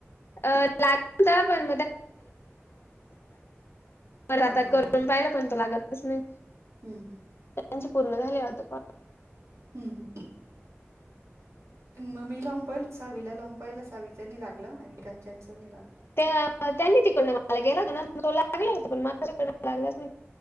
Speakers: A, on the left; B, on the right.
A: अ लाग होता पण
B: हा
A: <unintelligible> <unintelligible> आता
B: हा
A: करून पाहिला पण त लागतच नाही
B: हम्
A: त्यांचे पूर्ण झाले आता पण
B: हम्म हम्म. तेन मी लावून पाहिलं सावीला लावून पाहियला सावीचा नी लागलं आणि कंचनचं नी लाग
A: त्या त्यांनी तिकडनं मला केला होता ना तो लागला होता पण माझ्या <unintelligible> लागलाच नाही.